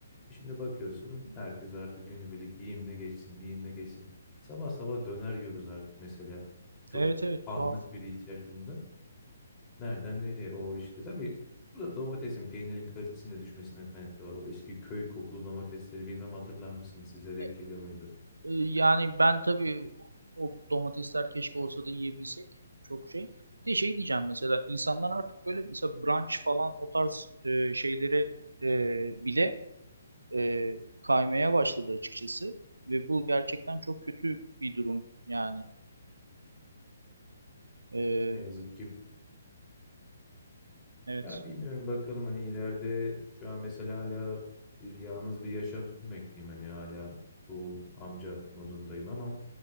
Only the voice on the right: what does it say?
Evet evet
tuhaf.
E,
e, yani ben tabii o domatesler keşke olsa da yiyebilsek. Çok şey. Bir de şey diyeceğim mesela insanlar artık böyle mesela brunch falan o tarz e, şeylere e, bile e, kaymaya başladı açıkçası. Ve bu gerçekten çok kötü bir durum yani. E,
evet.